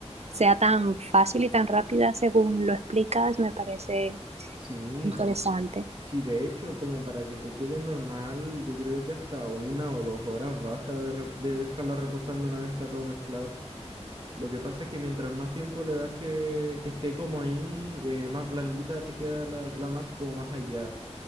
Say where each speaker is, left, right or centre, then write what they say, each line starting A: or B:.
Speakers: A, on the right; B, on the right.
A: sea tan fácil y tan rápida según lo explicas, me parece
B: sí,
A: interesante.
B: sí, de hecho, como para que te quede normal, yo creo que hasta una o dos horas basta de, re- de dejarla reposando una vez está todo mezclado. Lo que pasa es que mientras más tiempo le das que, que esté como ahí, eh, más blandita te queda la, la masa y como más aireada.